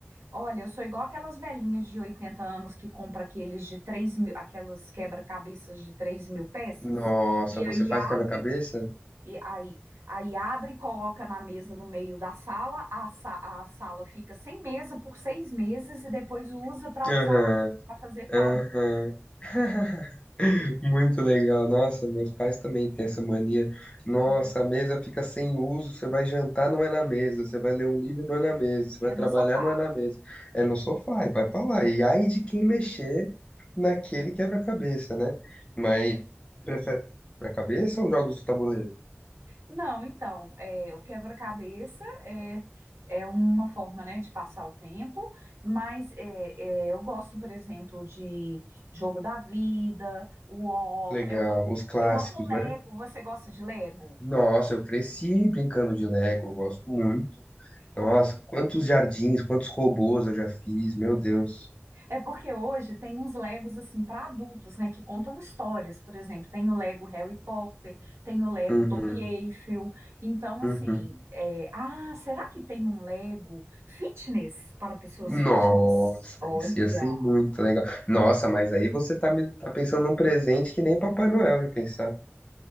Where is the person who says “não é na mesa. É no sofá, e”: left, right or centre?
Left